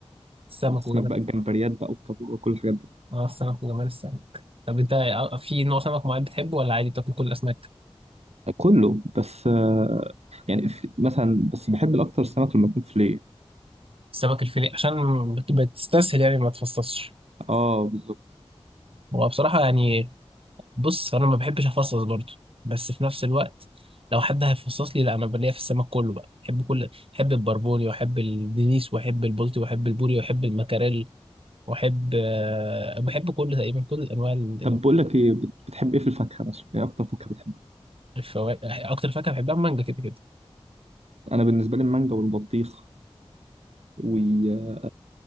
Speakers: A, on the right; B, on the right.
A: السمك
B: اسماك
A: وجمال
B: بقى الجمبريات بقى والكابور وكل الحاجات دي
A: اه السمك وجمال السمك طب انت في نوع سمك معين بتحبه ولا عادي بتاكل كل الاسماك
B: كله بس آه، يعني في مثلا بس بحب الاكتر سمك لما يكون فيليه
A: السمك الفيليه عشان بتستسهل يعني ما تفصصش
B: اه بالظبط
A: هو بصراحه يعني بص انا ما بحبش افصص برضو بس في نفس الوقت لو حد هيفصص لي لا انا بليا في السمك كله بقى بحب كل بحب البربوني واحب الدنيس واحب البلطي واحب البوري واحب المكاريل واحب آه، بحب كل تقريبا كل انواع ال-
B: طب بقول لك ايه بت- بتحب ايه في الفاكهه مثلا ايه اكتر فاكهه بتحبها
A: الفواكه اكتر فاكهه بحبها المانجا كده كده
B: انا بالنسبه لي المانجا والبطيخ والمانجا